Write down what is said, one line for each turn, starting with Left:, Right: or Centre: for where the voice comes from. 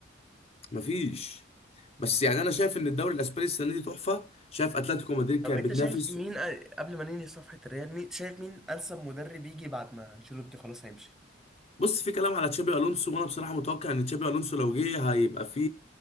Left: مفيش بس يعني انا شايف ان الدوري الاسباني السنه دي تحفه شايف اتلتيكو مدريد
Centre: طب
Left: كانت
Centre: انت
Left: بتنافس
Centre: شايف مين أ- قبل ما ننهي صفحه الريال مين شايف مين انسب مدرب يجي بعد ما انشيلوتي خلاص هيمشي
Left: بص في كلام على تشابي الونسو وانا بصراحه متوقع ان تشابي الونسو لو جه هيبقى في